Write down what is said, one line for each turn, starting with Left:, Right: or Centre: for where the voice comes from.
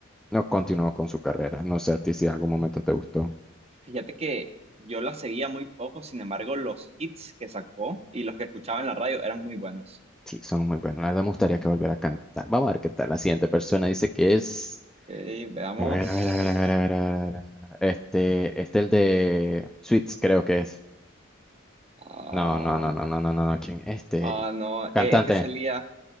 Centre: no continuó con su carrera. No sé a ti si en algún momento te gustó.
Right: Fíjate que yo la seguía muy poco, sin embargo, los hits que sacó y los que escuchaba en la radio eran muy buenos.
Centre: Sí, son muy buenos. La verdad me gustaría que volviera a cantar. Vamos a ver qué tal. La siguiente persona dice que es...
Right: Ok, veamos.
Centre: A ver, a ver, a ver, a ver, a ver, a ver, a ver, a ver. Este, este el de Sweets, creo que es.
Right: Ah,
Centre: No, no, no, no, no, no, no, no, ¿quién? Este,
Right: ah, no, eh,
Centre: cantante.
Right: este salía,